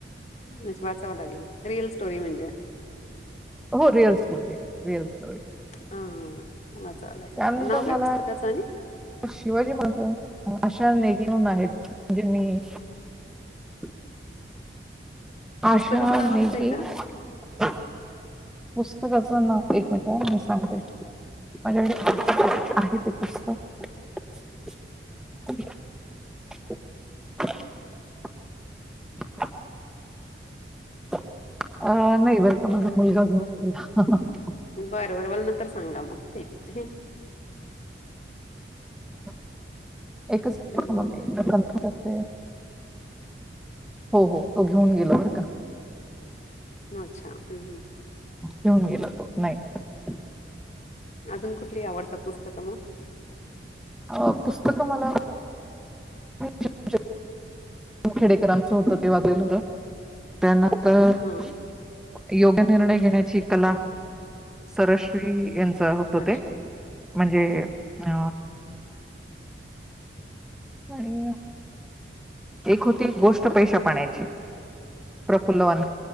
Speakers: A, on the left; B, in the centre.
A: म्हंजे वाचावं लागेल रियल स्टोरी म्हणजे?
B: हो रिअल्स स्टोरी आहे रिअल्स--...
A: हा हा वाचावं लागेल
B: त्यानंतर
A: नाव काय
B: मला
A: पुस्तकाचं आणि
B: शिवाजी महाराज अशा नेगीहून आहेत म्हणजे मी <unintelligible> आशा
A: पुस्तकाचं नावच
B: मेघे
A: ते का?
B: पुस्तक पुस्तकाचे नाव एक मिनिट मी सांगते माझ्याकडे
A: हम्
B: आहे ते पुस्तक <unintelligible> अं नाही बरं का माझा मुलगा घेऊन गेला
A: बरं बरं मला नतर सांगा मग ठीक आहे.
B: <inaudible> एकच
A: हम्म
B: मिनिट थांबा मी कनफाॅम करते. हो हो तो घेऊन गेला बरं का
A: अच्छा हम्
B: घेऊन गेल तो नाही
A: अजून कुठली आवडतात पुस्तक मग
B: अ पुस्तक मला <inaudible> खेडेकरांच होत ते वाचलेलं होत त्यांना नंत तर
A: हा
B: योग्य निर्णय घेण्याची कला सरश्री यांच चअ होत
A: अच्छा
B: ते म्हणजे अ आणि एक होती गोष्ट पैशा पाण्याची प्रफुलनवान